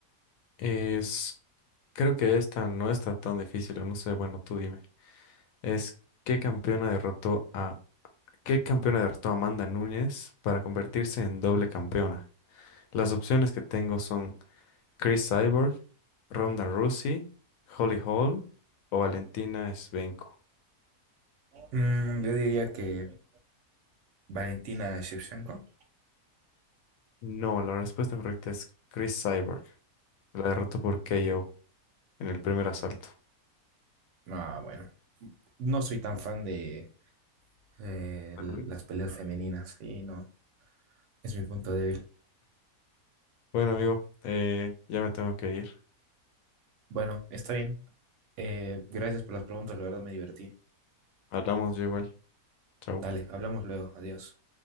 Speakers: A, on the left; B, on the right.
A: es, creo que esta no está tan difícil, o no sé, bueno, tú dime. Es, ¿qué campeona derrotó a ¿Qué campeona derrotó a Amanda Núñez para convertirse en doble campeona? Las opciones que tengo son Chris Cyborg, Ronda Rousey, Holly Holm o Valentina Shevchenko.
B: Mm, yo diría que Valentina Shevchenko.
A: No, la respuesta correcta es Chris Cyborg. La derrotó por KO en el primer asalto.
B: Ah, bueno. No soy tan fan de eh,
A: ¿A
B: las
A: Nunes?
B: peleas femeninas. Sí, no. Es mi punto débil.
A: Bueno, amigo, eh, ya me tengo que ir.
B: Bueno, está bien. Eh, gracias por las preguntas. La verdad me divertí.
A: Hablamos yo igual. Chao.
B: Dale, hablamos luego. Adiós.